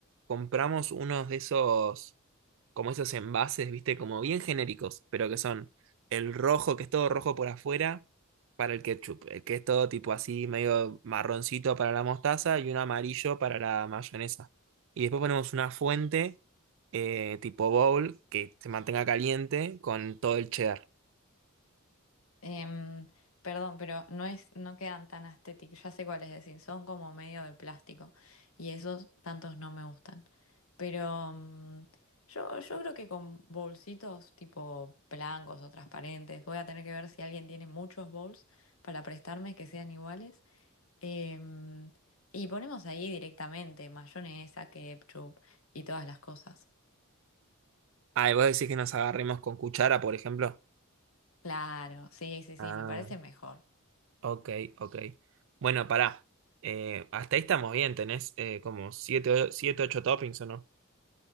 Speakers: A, on the right; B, on the left.
A: compramos unos de esos como esos envases, viste, como bien genéricos, pero que son el rojo, que es todo rojo por afuera, para el ketchup, el que es todo tipo así, medio marroncito para la mostaza y un amarillo para la mayonesa. Y después ponemos una fuente eh, tipo bowl que se mantenga caliente con todo el cheddar.
B: Em, perdón, pero no es, no quedan tan estéticos. Ya sé cuáles decir, son como medio de plástico. Y esos tantos no me gustan. Pero mm, yo, yo creo que con bolsitos tipo blancos o transparentes, voy a tener que ver si alguien tiene muchos bowls para prestarme que sean iguales. Em, y ponemos ahí directamente mayonesa, ketchup y todas las cosas.
A: Ah, y vos decís que nos agarremos con cuchara, por ejemplo.
B: Claro, sí, sí, sí,
A: Ah,
B: me parece mejor.
A: ok, ok. Bueno, pará. Eh, hasta ahí estamos bien, tenés eh, como siete siete, ocho toppings o no.